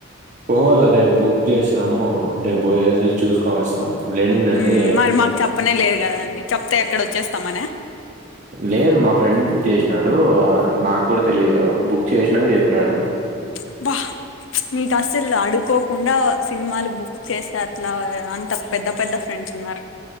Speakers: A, on the right; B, on the left.
A: పోవాలా రేపు బుక్ చేసినాము రేపు బోయేసి చూసుకొని వస్తాం లెనిన్ అని.
B: మ్మ్ మరి మాకు చెప్పనే లేదు కదండి చెప్తే ఎక్కడ వచ్చేస్తాంమనే.
A: లేదు మా ఫ్రెండ్ బుక్ చేసినాడు నాకు కూడా తెలీదు బుక్ చేసినంక చెప్పినాడు.
B: అబ్బా మీకు అసలు అడుకోకుండా సినిమాలు బుక్ చేసే అట్లా అంత పెద్ద పెద్ద ఫ్రెండ్స్ ఉన్నారు.